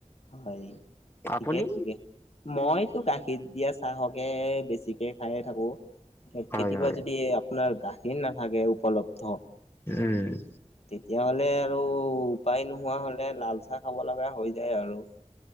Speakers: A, on the left; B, on the left.
A: হয় ঠিকে
B: আপুনি
A: ঠিকে মইতো গাখীৰ দিয়া চাহকে বেছিকে খাই থাকো।
B: হয়
A: কেতিয়াবা
B: হয়
A: যদি আপোনাৰ গা- এ নাথাকে উপলব্ধ।
B: উম।
A: তেতিয়া হ'লে আৰু উপায় নোহোৱা হলে লাল চাহ খাব লগা হৈ যায় আৰু।